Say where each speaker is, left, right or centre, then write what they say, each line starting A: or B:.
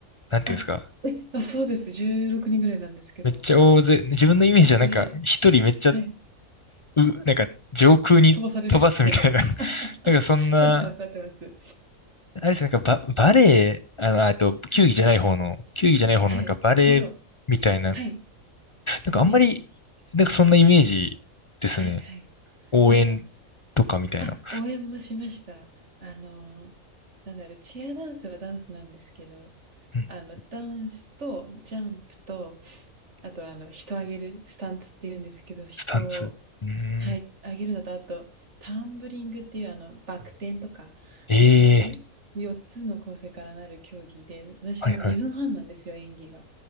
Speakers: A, on the left; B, on the right.
A: う、なんていうんですか、
B: あ、え、あ、そうです。16人ぐらいなんですけど。
A: めっちゃ大勢、自分のイメージはなんか、
B: で、
A: 一人めっちゃ、
B: はい。
A: う、なんか、上空に飛ばすみたいな、
B: 久保されるみたいな。<laughs>
A: <laughs> なんかそんな、
B: そうなってます、なってます。
A: あれですね、なんかバ、バレエ、あの、あと、
B: あれ
A: 球技じゃない方の、球技じゃない方のなんかバレエみたいな、
B: はい。その、はい、
A: なんかあんまり、
B: イメージ。
A: なんかそんなイメージですね。
B: はいはい。
A: 応援とかみたいな。
B: なんか、あ、応援もしました。あの、なんだろう、チアダンスはダンスなんですけど、
A: うん、
B: あの、ダンスとジャンプと、あと、あの、人上げるスタンツって言うんですけど、人を、
A: スタンツ。うーん。
B: はい、上げるのと、あと、タンブリングっていう、あの、バク転とか、
A: ええ
B: なんかそういう4つの構成からなる競技で、私も2分半なんですよ、
A: はいはい。
B: 演技が。